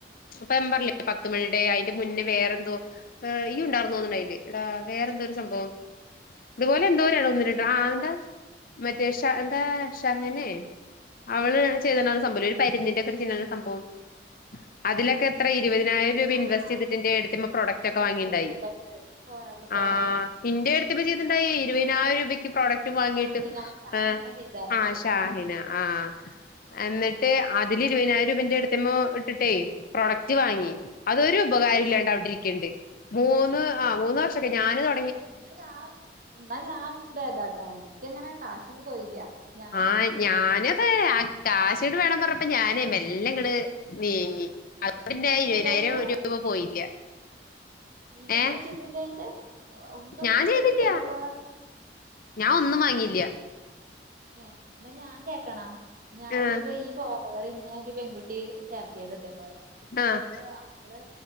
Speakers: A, on the left (about 50°); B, on the right (about 50°).
A: അപ്പൊ ഞാ പറഞ്ഞില്ലേ പത്തുമണിടെ അയിന്റെ മുന്നേ വേറെന്തോ ഏ ഇയ്യും ഉണ്ടാർന്നു തോന്നുണു അയില് എടാ വേറെന്തൊരു സംഭവം ഇതുപോലെ എന്തോരെയണോ ഒന്നിലുണ്ട് ആ എന്താ മറ്റേ ഷ എന്താ ഷഹനെ അവള് ചെയ്യ്ത്ണ സംഭവല്ലെ ഒരു പരിന്തിന്റെക്കെ ചിഹ്നള്ളൊരു സംഭവം അതിലൊക്കെ എത്ര ഇരുപതിനായിരം രൂപ
B: ആഹ്
A: ഇൻവെസ്റ്റ് ചെയ്തിട്ട് എന്റെ ഏടത്തിയമ്മ പ്രൊഡക്റ്റ് ഒക്കെ
B: എഫ്
A: വാങ്ങിണ്ടായി
B: പി സീറോ ഫോർ അവർ ഫോർ
A: ആ
B: അവർ
A: ഇന്റെ ഏട്ത്തിയമ്മ ചെയ്തിണ്ടായി ഇരുതിനായിരം രൂപക്ക് പ്രോഡക് റ്റു വാങ്ങിട്ട്
B: ഷാഹിന ഷാഹിന
A: ആ
B: ചെയ്തായിരുന്നത്
A: ആ ഷാഹിന ആ എന്നിട്ട്
B: ആഹ്
A: അതില് ഇരുപതിനായിരം രൂപ എന്റെ ഏട്ത്തിയമ്മ ഇട്ടിട്ടേ പ്രൊഡ ക്റ്റ് വാങ്ങി
B: ആഹ്
A: അതൊരു ഉപകാരം
B: ആഹ്
A: ഇല്ലാണ്ട് അവിടെ ഇരിക്ക്ണ്ട് മൂന്ന് ആ മൂന്ന് വർഷൊക്കെ ആയി ഞാന് തൊ
B: ഇന്ന ഞാൻ ഇന്നാ ഞാൻ ഭേദാട്ടാ ഇക്കങ്ങനെ കാശൊന്നും പോയില്ല ഞാനിപ്പ
A: ആ
B: ഈ
A: ഞാനൊക്കെ
B: ഇന്ന്
A: അ കാശീണ്ട് വേണം പറഞ്ഞപ്പൊ ഞാന് മെല്ലെ ഇങ്ങട് നീങ്ങി അ അപ്പൊന്റെ
B: എന്നിട്ട് ഈ
A: ഇരുപതിനായിരം
B: ഇതായില്ല
A: രൂപ അപ്പൊ പോയില്ല
B: ഈയ്യൊന്നും
A: ഏഹ്
B: ചീതിട്ടില്ല അയിന്റെ ഒന്നും
A: ഞാൻ
B: മേടിച്ചിട്ടില്ല
A: ചെയ്തില്ല
B: ഒരു പ്രോഡക്റ്റ്
A: ഞാൻ ഒന്നും വാങ്ങിട്ടില്ല
B: ഏ ന്നാ ഞാൻ കേക്കണോ ഞാനിപ്പം
A: ആഹ്
B: ഈ ഫോറവറിന്നെ ഒരു പെൺകുട്ടി ചേർത്തിയത് ഇതേപോലെ
A: ആഹ്
B: ന്നി ട്ട് അവള്